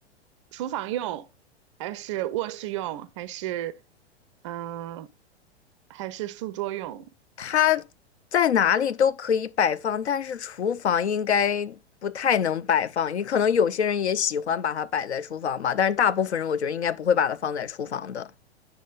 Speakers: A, on the right; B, on the left.
A: 厨房用，还是卧室用，还是，嗯、还是书桌用？
B: 它在哪里都可以摆放，但是厨房应该不太能摆放。你可能有些人也喜欢把它摆在厨房吧，但是大部分人我觉得应该不会把它放在厨房的。